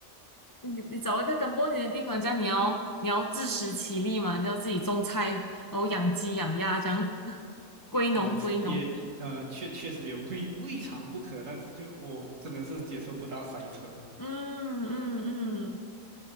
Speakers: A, on the left (about 25°); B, on the right (about 70°).
A: 你你找一个干过年的地方，这样你要你要自食其力嘛，你要自己种菜，然后养鸡养鸭这样，<laughs> 归农归农。
B: 啊，是也呃，确确实也未未尝不可，但是就我真的是接受不到塞车。
A: 嗯嗯嗯，